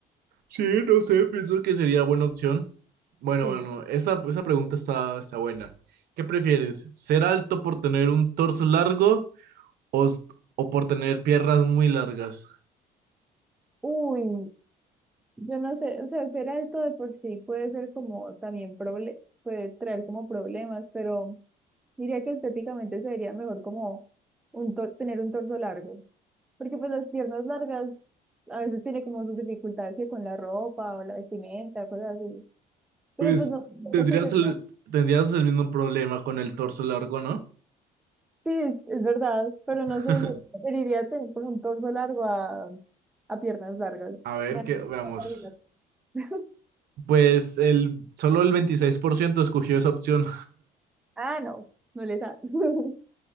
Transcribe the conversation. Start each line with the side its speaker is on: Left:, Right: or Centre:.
Right: Sí, no sé, pienso que sería buena opción. Bueno,
Centre: Sí.
Right: bueno, esa, esa pregunta está, está buena. ¿Qué prefieres? ¿Ser alto por tener un torso largo o, s- o por tener piernas muy largas?
Centre: Uy, yo no sé, o sea, ser alto de por sí puede ser como también proble puede traer como problemas, pero diría que estéticamente sería mejor como un tor- tener un torso largo, porque pues las piernas largas a veces tiene como sus dificultades que con la ropa o la vestimenta, cosas así. Pero
Right: Pues
Centre: pues no, no
Right: tendrías
Centre: creo que se
Right: el, tendrías el mismo problema con el torso largo, ¿no?
Centre: Sí, es, es verdad, pero
Right: <laughs>
Centre: no sé, me- preferiría tener pues, un torso largo a, a piernas largas.
Right: A ver,
Centre: Me-
Right: que
Centre: da mucha
Right: veamos.
Centre: cabida. <laughs>
Right: Pues el, solo el 26% escogió esa opción.
Centre: Ah, no, no les da. <laughs>